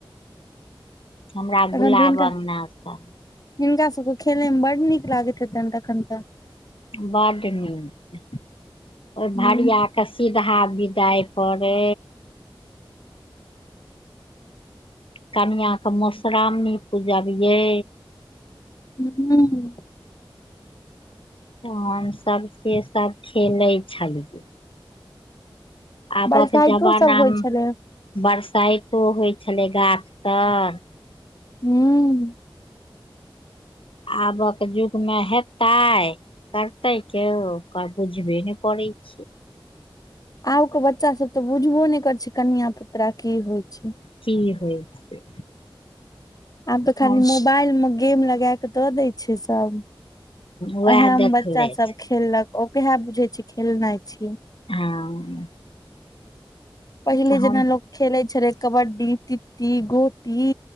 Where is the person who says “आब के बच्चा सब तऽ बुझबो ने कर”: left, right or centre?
Left